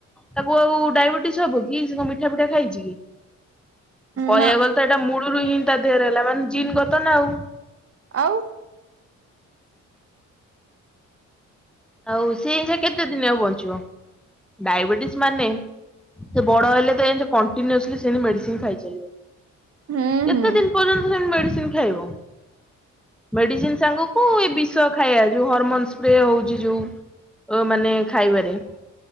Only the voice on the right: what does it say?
ନା
ଆଉ।
ହୁଁ
ହୁଁ